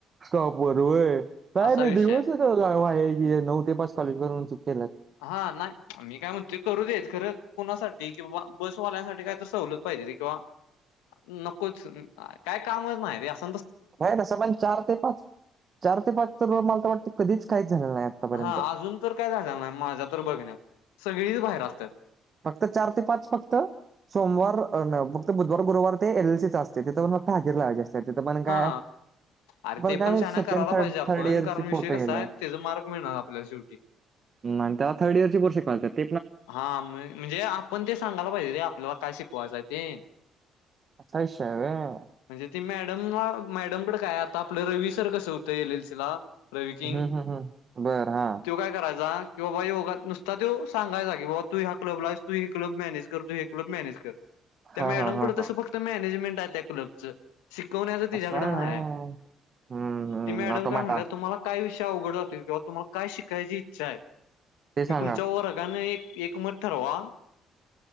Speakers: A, on the right (about 45°); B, on the left (about 85°).
A: स्टॉप वर वय कायर
B: असा विषय
A: र दिवस
B: आहे
A: क नऊ ते पाच कॉलेज करून चुक केल्यात.
B: हा नाही मी काय म्हणतोय करूदेत खरं कुणासाठी कि बाबा बसवाल्यांसाठी काहीत सवलत पाहिजे किंवा नकोच. काय कामच नाही रे अस
A: नाही ना कसपण चार ते पाच चार ते पाच तर मला तर वाटते कधीच काहीच झाले नाही आत्तापर्यंत.
B: हा अजून तर काय झाल नाही माझ्या तर बघण्यात सगळीच बाहेर असतात.
A: फक्त चार ते पाच फक्त सोमवार आणि फक्त बुधवार गुरुवार ते एलसीच असते तेथं पण फक्त हजे लावाय असते. तिथं पण
B: हा
A: काय
B: अरे ते
A: काय
B: पण शान्या
A: सेकंड
B: करायला
A: थर्ड
B: पाहिजे आपण
A: थर्ड इयरचे
B: कारण विषय
A: फोटो गेले
B: कसा आहे त्याचा मार्क मिळणार आपल्याला शेवटी.
A: आणि त्या थर्ड इयरचे पर्सेे पाळत <unintelligible>
B: हा म्हणजे आपण ते सांगायला पाहिजे रे आपल्याला काय शिकवायचं ते.
A: असा विषय हाय होय.
B: म्हणजे ती मॅडमला मॅडमकडे काय आता आपलं रवी सर कसं होतं येलेलसिला रवी किंग
A: हम्म हम्म हम्म बर हा
B: तो काय करायचा कि बाबा योगात नुसता तो सांगायचा क बाबा तू ह क्लबला आहेस तू हे क्लब मॅनेज कर तू हे क्लब मॅनेज कर. त्या
A: हा
B: मॅडम
A: हा हा
B: कड
A: हा
B: तस फक्त मॅनेजमेंट आहे त्या क्लबचं. शिकवण्याचं तिच्याकडन
A: असं
B: नाही
A: व्हय.
B: आहे
A: हम्म हम्म
B: ती मॅडम
A: ऑटोमॅटा
B: काय म्हणल्या तुम्हाला काय विषय अवघड जातोय किंवा तुम्हाला काय शिकायची इच्छा आहे ती
A: ते सांगा
B: तुमच्या वर्गाने एक एकमत ठरवा